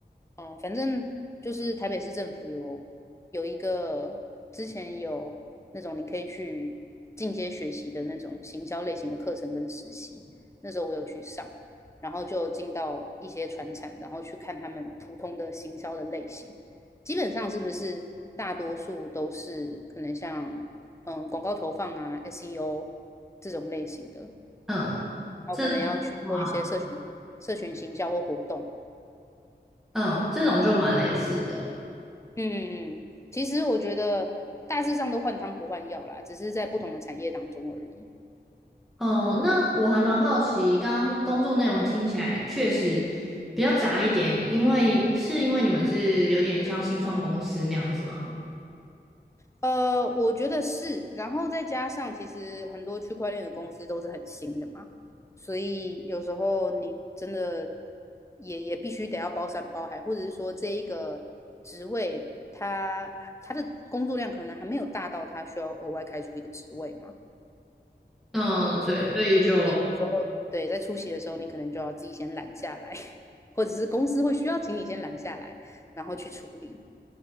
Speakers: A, on the left; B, in the centre.
A: 嗯、反正就是台北市政府有有一个之前有那种你可以去进阶学习的那种行销类型的课程跟实习，那时候我有去上，然后就进到一些传产，然后去看他们普通的行销的类型。基本上是不是大多数都是可能像嗯广告投放啊、SEO 这种类型的，然
B: 嗯，
A: 后可能要去做一些社群社群行销或活动。
B: 这种哇，嗯，这种就蛮类似的。
A: 嗯嗯，嗯其实我觉得大致上都换汤不换药啦，只是在不同的产业当中而已。
B: 嗯、那我还蛮好奇，刚刚工作内容听起来确实比较杂一点，因为是因为你们是有点像新创公司那样子吗？
A: 呃，我觉得是，然后再加上其实很多区块链的公司都是很新的嘛，所以有时候你真的也也必须得要包山包海，或者是说这一个职位他他的工作量可能还没有大到他需要额外开出一个职位嘛，
B: 嗯，
A: 所以
B: 对，所以就
A: 所以有时候对在出席的时候，你可能就要自己先拦下来，<laughs> 或者是公司会需要请你先拦下来，然后去处理，